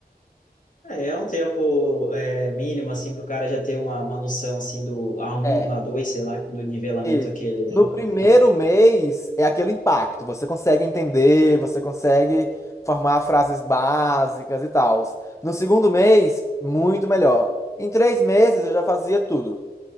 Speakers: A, on the left; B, on the left.
A: É, é um tempo é, mínimo, assim, para o cara já ter uma, uma noção, assim, do a um
B: É,
A: a dois sei lá, do nivelamento
B: isso.
A: aquele, né?
B: No primeiro
A: Enfim.
B: mês é aquele impacto, você consegue entender, você consegue formar frases básicas e tal. No segundo mês, muito melhor. Em três meses eu já fazia tudo.